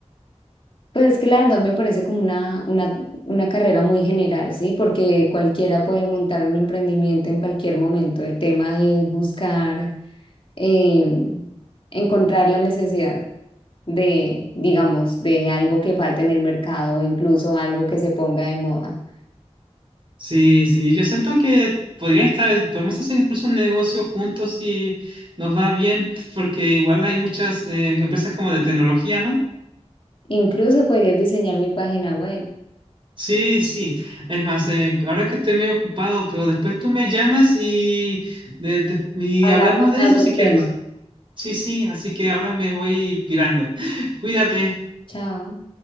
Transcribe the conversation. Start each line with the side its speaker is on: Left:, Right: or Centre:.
Left: Pues es que la verdad me parece como una, una, una carrera muy general, ¿sí? Porque cualquiera puede montar un emprendimiento en cualquier momento. El tema es buscar, eh, encontrar la necesidad de, digamos, de algo que falte en el mercado o incluso algo que se ponga de moda.
Right: Sí, sí, yo siento que podría estar, podemos hacer incluso un negocio juntos si nos va bien, porque igual hay muchas eh, empresas como de tecnología, ¿no?
Left: Incluso podrías diseñar mi página web.
Right: Sí, sí. Es más, eh, ahora que estoy medio ocupado, pero después tú me llamas y, de- de- y
Left: Hablamos
Right: hablamos de
Left: más
Right: eso
Left: del
Right: si quieres.
Left: tema.
Right: Sí, sí, así que ahora me voy pirando. <laughs> Cuídate.
Left: Chao.